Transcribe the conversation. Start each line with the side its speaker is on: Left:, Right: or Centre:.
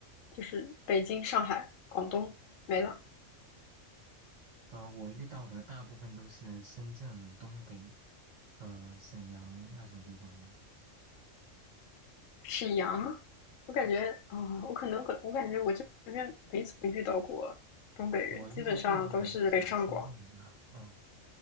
Left: 就是北京、上海、广东没了，
Right: 呃，我遇到的大部分都是深圳、东北、呃沈阳那种地方的。
Left: 沈阳。我感觉啊、我可能我感觉我这边没怎么遇到过东北人，
Right: 我遇到最多的就是深圳的，
Left: 基本上都是北上广，
Right: <laughs> 嗯，